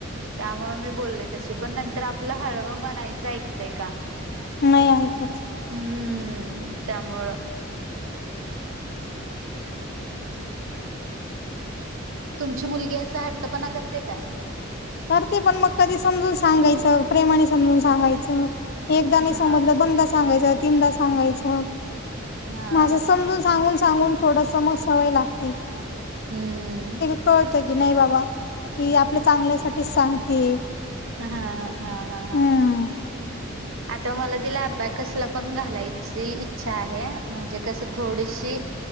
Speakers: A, on the right; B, on the left.
A: त्यामुळे मी बोलल तशी, पण नंतर आपलं हळव मन आईच ऐकतय का?
B: नाही आईकत.
A: हम्म, त्यामुळं. तुमची मुलगी असा हट्टपणा करते काय?.
B: करते, पण मग कधी समजून सांगायचं, प्रेमाने समजून सांगायचं. एकदा नाही
A: हा
B: समजलं, दोन दा सांगायचं, तीन दा सांगायचं.
A: हा
B: म असं समजून सांगून सांगून थोडस मग सवय लागते.
A: हम्म.
B: कळत की, नाही बाबा, ही आपल्या चांगल्यासाठीच सांगते.
A: ह हा हा हा हा.
B: हम्म
A: आता मला तिला अबॅकस ला पण घालायची इच्छा आहे. म्हणजे कसं थोडीशी